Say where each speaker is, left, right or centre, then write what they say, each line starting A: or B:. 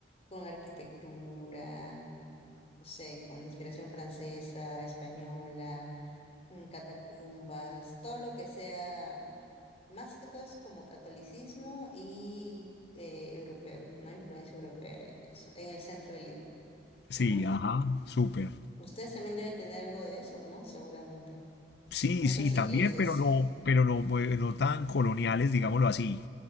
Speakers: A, on the left (about 35°); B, on the left (about 65°).
A: con arquitectura, no sé, con inspiración francesa, española, mm, catacumbas, todo lo que sea, mm, más que todo es como catolicismo y eh, europeo, ¿no? Influencia europea y eso, en el centro de Lima.
B: sí,
A: Ujú.
B: ajá, súper.
A: Ustedes también deben tener algo de eso, ¿no? Seguramente.
B: Sí,
A: Muchas
B: sí, también,
A: iglesias.
B: pero no, pero no, eh, no tan coloniales, digámoslo así.